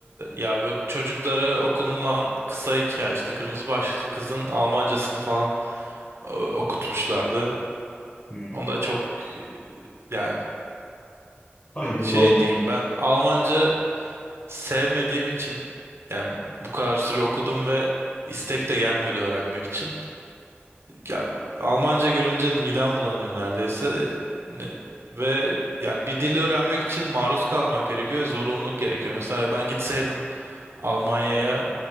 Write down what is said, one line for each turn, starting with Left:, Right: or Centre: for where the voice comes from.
Right: ya bu çocuklara okunulan kısa hikaye işte kırmızı başlıklı kızın Almancasını falan e, okutmuşlardı.
Left: Hmm,
Right: Onda çok e, yani
Left: faydalı
Right: şey
Left: olmadı.
Right: diyeyim ben Almanca sevmediğim için yani bu kadar süre okudum ve istek de gelmiyordu öğrenmek için. Ya, Almanca görünce midem bulanıyor neredeyse. Ne- ve yani bir dili öğrenmek için maruz kalmak gerekiyor, zorunluluk gerekiyor. Mesela ben gitseydim Almanya'ya